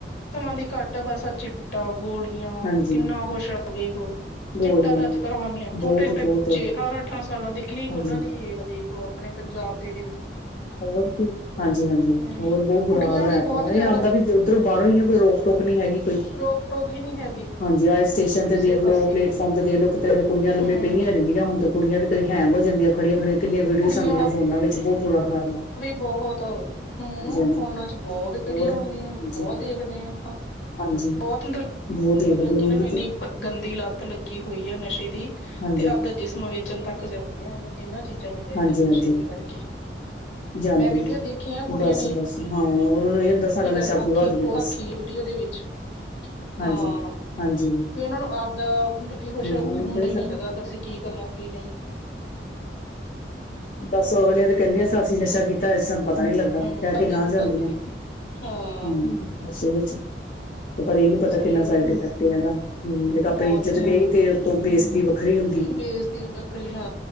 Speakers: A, on the left; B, on the left.
A: ਸਮਾਂ ਦੀ ਘੱਟ ਆ ਬਸਾ ਚਿੱਟਾ ਗੋਲੀਆਂ
B: ਹਾਂਜੀ
A: ਕਿੰਨਾ ਕੁਛ ਆ ਵੇਖ ਲੋ
B: ਗੋਲੀਆਂ
A: ਚਿੱਟਾ ਤਾਂ ਅੱਜ ਕਲ ਆਮ ਈ ਆ ਛੋਟੇ
B: ਬਹੁਤ
A: ਛੋਟੇ
B: ਬਹੁਤ
A: ਬੱਚੇ ਅਠਾਰਾਂ ਅਠਾਰਾਂ। ਸਾਲਾਂ ਦੀ ਕਿਣੀ ਕੁ
B: ਹਾਂਜੀ
A: ਉਹਨਾਂ ਦੀ ਦੇਖੋ ਆਪਣੇ ਪੰਜਾਬ ਦੇ ਵਿੱਚ
B: ਹੋਰ ਕੀ ਹਾਂਜੀ -ਹਾਂਜੀ
A: ਹਮ
B: ਹੋਰ ਬਹੁਤ ਬੁਰਾ
A: ਕੁੜੀਆਂ
B: ਹਾਲ ਹੋਇਆ
A: ਵੀ ਬਹੁਤ
B: ਪਿਆ
A: ਜ਼ਿਆਦਾ
B: ਇਹ ਆਉਂਦਾ ਵੀ ਉੱਧਰੋਂ ਬ ਕੋਈ ਰੋਕ ਟੋਕ ਨਹੀ ਹੈਗੀ ਕੋਈ
A: ਰੋਕ ਟੋਕ ਹੀ ਨਹੀਂ ਹੈਗੀ
B: ਹਾਂਜੀ ਆ ਸਟੇਸ਼ਨ ਤੇ
A: ਕਿਸੇ
B: ਦੇਖ
A: ਪਾਸੇ
B: ਲਓ ਪਲੇਟਫਾਰਮ
A: ਵੀ
B: ਤੇ ਦੇਖ ਲੋ ਕਿਤੇ ਤਾਂ ਕੁੜੀਆਂ ਲੰਮੇ
A: ਹਮ
B: ਪਈਆਂ ਰਹਦੀਆਂ ਹੁਣ ਤੇ ਕੁੜੀਆਂ ਵੀ ਕਈ ਹੈਂਗ ਹੋ ਜਾਂਦੀ ਖੜੀਆਂ ਖੜੀਆਂ ਕਿਨੀਆਂ ਵੀਡੀਓਜ਼
A: ਕੁੜੀਆਂ
B: ਆਉਂਦੀਆਂ ਫੋਨਾਂ ਵਿੱਚ ਬਹੁਤ ਬੁਰਾ ਹਾਰ
A: ਵੀ ਬਹੁਤ ਹਮ
B: ਹਾਂਜੀ
A: ਫੋਨਾ ਚ ਬਹੁਤ
B: ਹੋਰ
A: ਵੀਡੀਓ
B: ਹਾਂਜੀ
A: ਆਉਂਦੀਆਂ ਬਹੁਤ ਦੇਖਦੇ ਹ ਆਪਾਂ
B: ਹਾਂਜੀ
A: ਬਹੁਤ ਮਤਲਬ
B: ਬਹੁਤ ਦੇਖਦੇ
A: ਮਤਲਬ ਕਿ
B: ਉਹੀ
A: ਇਹਨਾਂ ਨੂੰ ਇੰਨੀ
B: ਤੇ
A: ਗੰਦੀ ਲੱਤ ਲੱਗੀ ਹੋਈ ਆ ਨਸ਼ੇ ਦੀ
B: ਹਾਂਜੀ
A: ਤੇ ਆਪਦਾ ਜਿਸਮ ਵੇਚਣ ਤੱਕ ਜਾਂਦੀਆਂ ਇਹਨਾਂ ਚੀਜ਼ਾਂ ਨੂੰ ਲੈ
B: ਹਾਂਜੀ
A: ਕੇ ਨਸ਼ੇੜੀ
B: ਹਾਂਜੀ
A: ਕਰਕੇ
B: ਜਾਂਦੀਆਂ
A: ਮੈਂ ਵੀਡੀਓ ਦੇਖੀਆਂ ਕੁੜੀਆਂ
B: ਬਸ
A: ਨੇ
B: ਬਸ ਹਾਂ ਉਹਨਾਂ ਨੂੰ ਹੁੰਦਾ ਸਾਡਾ
A: ਇਹ
B: ਨਸ਼ਾ
A: ਗੱਲ ਆਖੀ
B: ਪੂਰਾ ਹੋ ਜਾਵੇ
A: ਉਹ
B: ਬਸ
A: ਆਖੀ ਵੀਡੀਓ ਦੇ ਵਿੱਚ
B: ਹਾਂਜੀ
A: ਹਾਂ
B: ਹਾਂਜੀ
A: ਵੀ ਉਹਨਾਂ ਨੂੰ ਆਪਦਾ ਮਤਲਬ ਕੀ ਕੁਸ਼
B: ਹਾਂ ਅਗਲੇ
A: ਹੁੰਦਾ
B: ਕਹਿੰਦੇ
A: ਹੀ ਨਹੀ ਹੈਗਾ ਅ ਅਸੀਂ ਕੀ ਕਰ ਕੀ ਨਹੀਂ
B: <inaudible> ਬਸ ਅਗਲੇ ਤੇ ਕਹਿੰਦੀਆਂ ਸ ਅਸੀਂ ਨਸ਼ਾ ਕੀਤਾ ਅਜ ਸਾਨੂੰ ਪਤਾ ਨੀ ਲੱਗਾ
A: ਹਮ
B: ਕਹਿ
A: ਆਪਦੀ
B: ਕੇ ਗਾਂਹ
A: ਇੱਜ਼ਤ
B: ਜਾਂਦੀਆਂ
A: ਹਾਂ
B: ਹਾਂ ਵਿੱਚ ਤੇ ਪਰ ਇਹ ਨੀ ਪਤਾ
A: ਸਹੀ
B: ਕਿੰਨਾ
A: ਗੱਲ
B: ਸਾਈਡ ਇਫੈਕਟ ਇਹਦਾ ਹਮ ਜ ਆਪਣੀ
A: ਬਹੁਤ
B: ਇੱਜਤ
A: ਜ਼ਿਆਦਾ
B: ਗਈ ਤੇ ਉਤੋਂ ਬੇਸਤੀ ਵੱਖਰੀ ਹੁੰ
A: ਬੇਇਜ਼ਤੀ ਵੱਖਰੀ ਹਾਂ